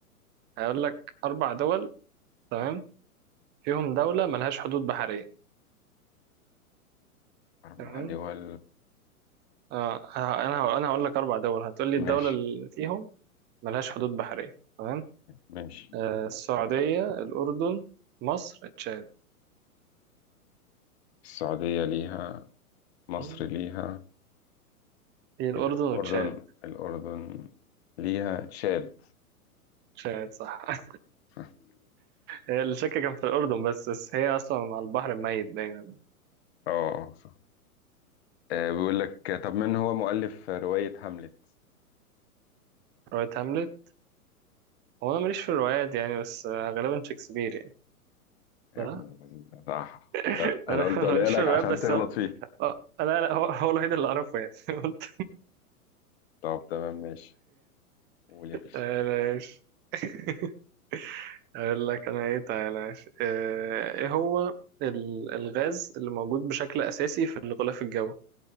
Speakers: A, on the right; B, on the left.
A: هقول لك اربع دول تمام فيهم دولة ملهاش حدود بحرية
B: أربع
A: تمام
B: دول
A: آه انا انا هقول لك اربع دول هتقول لي
B: ماشي
A: الدوله اللي فيهم ملهاش حدود بحريه تمام
B: ماشي
A: آه السعوديه الاردن مصر تشاد
B: السعودية ليها مصر
A: مم.
B: ليها
A: هي الاردن
B: الأردن
A: وتشاد
B: الأردن ليها تشاد
A: تشاد صح <laughs>
B: <laughs>
A: هي الشك كان في الاردن بس, بس هي اصلا على البحر الميت دايما
B: اه صح آه، بيقول لك طب من هو مؤلف رواية هاملت
A: روايه هاملت هو انا ماليش في الروايات يعني بس آه، غالبا شكسبير يعني
B: يا
A: صح؟
B: ابن الذين ده صح
A: <laughs>
B: لا
A: انا
B: انا قلت
A: أنا
B: اقولها
A: ماليش
B: لك
A: في الروايات
B: عشان
A: بس
B: تغلط
A: آه،
B: فيه
A: آه، لا لا هو هو الوحيد اللي اعرفه يعني <laughs> قلت
B: طب تمام ماشي قول يا باشا
A: آه، ماشي <laughs> اقول لك انا ايه تعالى ماشي. آه، ايه هو ال- الغاز اللي موجود بشكل اساسي في الغلاف الجوي